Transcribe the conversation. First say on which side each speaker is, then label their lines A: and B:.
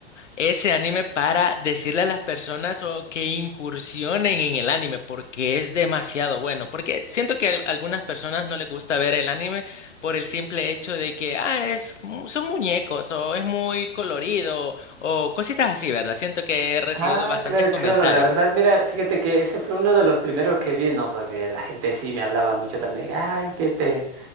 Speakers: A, on the left; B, on the right.
A: ese anime para decirle a las personas o que incursionen en el anime porque es demasiado bueno. Porque siento que a algunas personas no les gusta ver el anime por el simple hecho de que, ah, es, mu- son muñecos o es muy colorido o cositas así, ¿verdad? Siento que he recibido
B: Ah,
A: bastantes
B: claro,
A: comentarios.
B: claro. La verdad, mira, fíjate que ese fue uno de los primeros que vi, ¿no? Porque la gente sí me hablaba mucho también. Ay, que te,